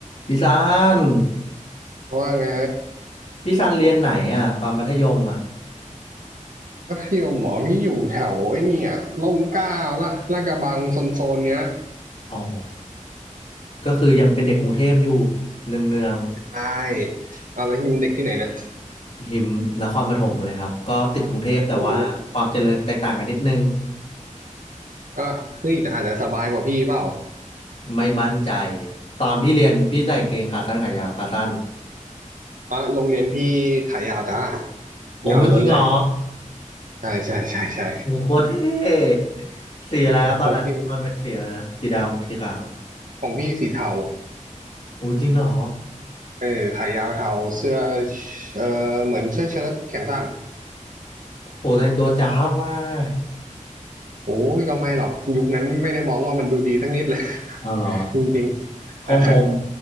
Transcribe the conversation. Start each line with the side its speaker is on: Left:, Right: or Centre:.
Left: พี่ซัน
Right: ว่าไง
Left: พี่ซันเรียนไหนอ่ะตอนมัธยมอ่ะ
Right: มัธยมหมอพี่อยู่แถวไอ้นี่อ่ะร่มเกล้าละลาดกระบังโซนๆเนี้ย
Left: อ๋อก็คือยังเป็นเด็กกรุงเทพอยู่เนืองเนือง
Right: ใช่เอาแล้วทีมเด็กที่ไหนเนี่ย
Left: หิมนครปฐมเลยครับก็ติดกรุงเทพแต่ว่าความเจริญแตกต่างกันนิดนึง
Right: โอ้โหก็นี่แต่อาจจะสบายกว่าพี่เปล่า
Left: ไม่มั่นใจตอนพี่เรียนพี่ใส่กางเกงขาสั้นขายาวขาสั้น
Right: อ่ะโรงเรียนพี่ขายาวจ้า
Left: โอ้ยจริงเหรอ
Right: ยาวล้วนเลยใช่ใช่ใช่ใช่
Left: โอ้โคตรเท่สีอะไรครับตอนนั้นมันเป็นสีอะไรนะสีดำสีขาว
Right: ของพี่ของพี่สีเทา
Left: โอ้จริงเหรอ
Right: เออขายาวเทาเสื้อเออเหมือนเสื้อเชิ้ตแขนสั้น
Left: โหแต่งตัวจ้าบมาก
Right: โอ้ยก็ไม่หรอกยุคนั้นไม่ได้มองว่ามันดูดีสักนิดเลย
Left: เอาเหรอ
Right: <laughs> จริงๆ <laughs>
Left: ของผม
Right: เออ